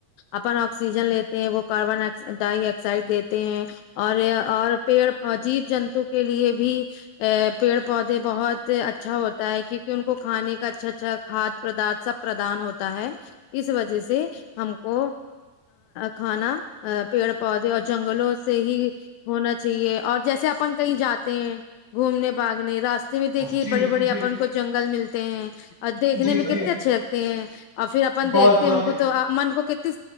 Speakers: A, on the left; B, on the right.
A: اپن آکسیجن لیتے ہیں وہ کاربن ڈائی آکسائڈ دیتے ہیں اور اور پیڑ جیب جنتو کے لیے بھی ا پیڑ پودے بہت اچھا ہوتا ہے کیونکہ ان کو کھانے کا اچھا اچھا کھاد پادرت سب پردان ہوتا ہے اس وجہ سے ہم کو کھانا پیڑ پودے اور جنگلوں سے ہی ہونا چاہیے اور جیسے اپن کہیں جاتے ہیں گھومنے نے باگنے راستے میں دیکھیے
B: جی
A: بڑے بڑے
B: جی
A: اپن کو جنگل ملتے ہیں اور دیکھنے
B: جی
A: میں
B: جی
A: کتنے اچھے ل ہیں اور پھر اپن
B: بہت
A: دیکھتے
B: بہت
A: ہیں ان کو تو من کو کتنی